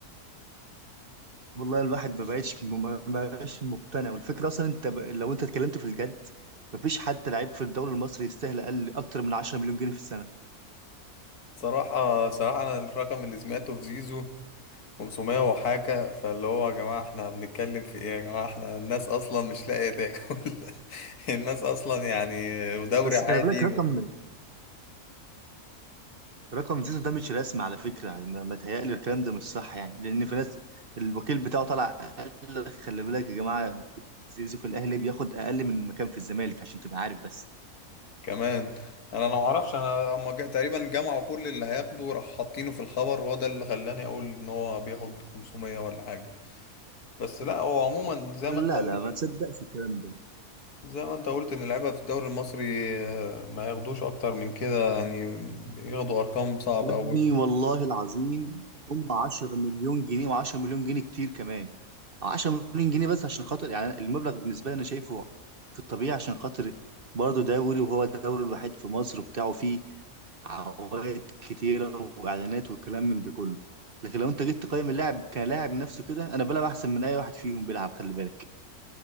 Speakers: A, on the right (about 40°); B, on the left (about 85°).
A: والله الواحد ما بقتش ما بقاش مقتنع والفكره اصلا انت ب... لو انت اتكلمت في الجد مفيش حد لعيب في الدوري المصري يستاهل اقل اكتر من 10 مليون جنيه في السنه
B: صراحة صراحة انا الرقم اللي سمعته في زيزو 500 وحاجة فاللي هو يا جماعة احنا بنتكلم في ايه يا جماعة احنا الناس اصلا مش لاقية تاكل <laughs> الناس اصلا يعني دوري
A: بس
B: عادي
A: خلي بالك رقم رقم زيزو ده مش رسمي على فكره يعني ما ما تهيألي الكلام ده مش صح يعني لان في ناس الوكيل بتاعه طلع قال لك خلي بالك يا جماعه زيزو في الاهلي بياخد اقل من المكان في الزمالك عشان تبقى عارف بس
B: كمان انا ما اعرفش انا هم جا- تقريبا جمعوا كل اللي هياخده راح حاطينه في الخبر وهو ده اللي خلاني اقول ان هو بياخد 500 ولا حاجة بس لا هو عموما زي ما انت
A: لا
B: قلت
A: لا ما تصدقش الكلام ده
B: زي ما انت قلت ان اللعيبة في الدوري المصري آه، ما ياخدوش اكتر من كده يعني ياخدوا ارقام صعبة
A: يا
B: قوي.
A: ابني والله العظيم هم 10 مليون جنيه و10 مليون جنيه كتير كمان 10 مليون جنيه بس عشان خاطر يعني أنا- المبلغ بالنسبه لي انا شايفه في الطبيعي عشان خاطر برضه دوري وهو الدوري الوحيد في مصر وبتاعه فيه عوائد كتيره واعلانات والكلام من ده كله لكن لو انت جيت تقيم اللاعب كلاعب نفسه كده انا بلعب احسن من اي واحد فيهم بيلعب خلي بالك